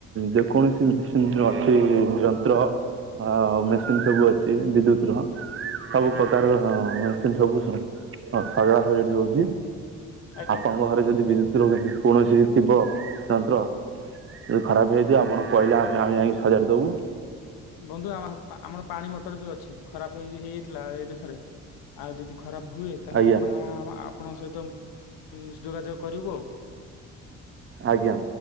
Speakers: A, on the right (about 35°); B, on the left (about 65°).
A: ଯେକୌଣସି ମେସିନ ଅଛି ଯନ୍ତ୍ର ହଁଉ ମେସିନ ସବୁ ଅଛି ବିଦ୍ୟୁତ ର ସବୁ
B: ଆଜ୍ଞା
A: ପ୍ରକାର ମ ସବୁ ସଜଡା ସଜଡି ହଉଛି
B: ଆଜ୍ଞା
A: ଆପଣଙ୍କ ଘରେ ଯଦି ବିଦ୍ୟୁତ ରଖୁଛନ୍ତି କୌଣସି ଥିବ ଯନ୍ତ୍ର ଯଦି ଖରାପ ହେଇଛି ଆପଣ କହିଲେ ଆମେ ଯାଇକି ସଜାର ଦବୁ।
B: ବନ୍ଧୁ ଆମର ଆମର ପାଣି ମଟର ବି ଅଛି ଖରାପ ହେଇ ହେଇଥିଲା ଏବେଥରେ ଆଉ ଯଦି ଖରାପ ହୁଏ ତାହେଲେ
A: ଆଜ୍ଞା
B: ଆପଣ ଆପଣଙ୍କ ସହିତ ଯୋଗାଯୋଗ କରିବୁ ଆଉ।
A: ଆଜ୍ଞା